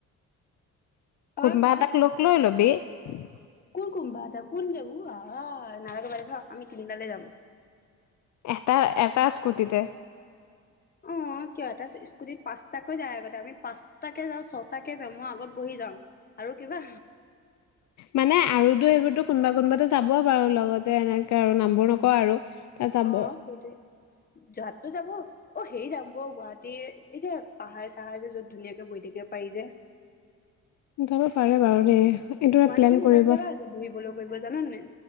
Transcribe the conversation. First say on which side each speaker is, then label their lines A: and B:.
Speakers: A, on the left (about 30°); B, on the left (about 70°).
A: তই
B: কোনোবা
A: ক।
B: এটাক লগ লৈ <unintelligible>
A: কোঁন কোনবা এটা কোন যাব, আহ নালাগে যাবলে থ। আমি তিনিটালে যাম
B: এটা এটা। ইস্ক্যুতিতে।
A: অ, কিয় এটা স্কুটিত পাঁচ। তাতকৈ যায় আগতে আমি পাঁচটাকে যাওঁ, ছটাকে যাওঁ মই আগত বহি যাওঁ আৰু কিবা।
B: মানে, আৰুতো এইবোৰতো কোনোবা কোনোবাটো যাব বাৰু লগতে এনেকে আৰু নামবোৰ নকওঁ আৰু। তা যাব
A: অ, সেইটোৱে যোৱাততটো যাব অ সেৰি যাম বৈ গুৱাহাটী। এই যে, পাহাৰ চাহাৰ যে যত ধুনীয়াকে বৈ থাকিব পাৰি যে।
B: যাব পাৰে বাৰু দেই। এইটো
A: গুৱাহাটী
B: প্লেন
A: কিন্তু
B: কৰিব,
A: ভাল জেগা আছে বহিবলৈ কৰিব জান নাই